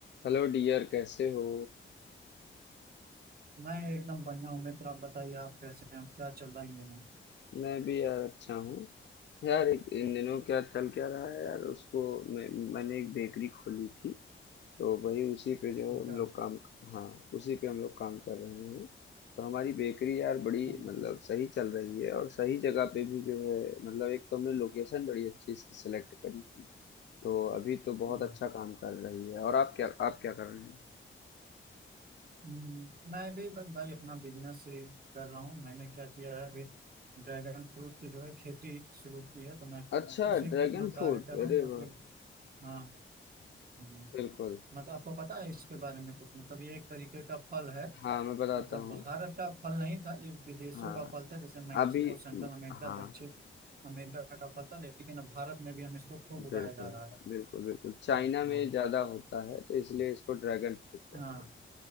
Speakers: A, on the left (about 60°); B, on the right (about 45°).
A: Hello dear कैसे हो
B: मैं एकदम बढ़िया हूँ मित्र आप बताइए आप कैसे हैं क्या चल रहा है इन दिनों
A: मैं भी यार अच्छा हूँ यार एक इन दिनों क्या चल क्या रहा है यार उसको मैं मैंने एक बेकरी खोली थी तो वही उसी पे जो
B: क्या
A: हम लोग काम हाँ उसी पे हम लोग काम कर रहे हैं तो हमारी बेकरी यार बड़ी
B: क्या मतलब
A: मतलब सही चल रही है और सही जगह पे भी जो है मतलब एक तो हमने लोकेशन बड़ी अच्छी इसकी सेलेक्ट करी तो अभी तो बहुत
B: हम्म,
A: अच्छा काम कर रही है और आप क्या आप क्या कर रहे हैं
B: हम्म, मैं भी बस भाई अपना बिजनेस ही कर रहा हूँ मैंने क्या किया है अभी ड्रैगन फ्रूट की जो है खेती शुरू की है तो मैं
A: अच्छा
B: उसी
A: ड्रैगन
B: पे अपना कार्य
A: फ्रूट
B: कर रहा
A: अरे
B: हूँ क्योंकि
A: वाह
B: हाँ हम्म,
A: बिल्कुल
B: मतलब आपको पता है इसके बारे में कुछ मतलब ये एक तरीके का फल है
A: हाँ मैं बताता
B: मतलब
A: हूँ
B: भारत का फल नहीं था ये विदेशों
A: हाँ
B: का फल था जैसे मैक्सिको
A: अभी
B: सेंट्रल अमेरिका
A: हाँ
B: दक्षिण अमेरिका का फल था लेकिन अब भारत में भी हम इसको खूब उगाया
A: बिल्कुल
B: जा रहा
A: बिल्कुल बिल्कुल चाइना
B: है हाँ
A: में ज़्यादा होता है तो इसलिए इसको ड्रैगन फ्रूट कहते
B: हाँ
A: हैं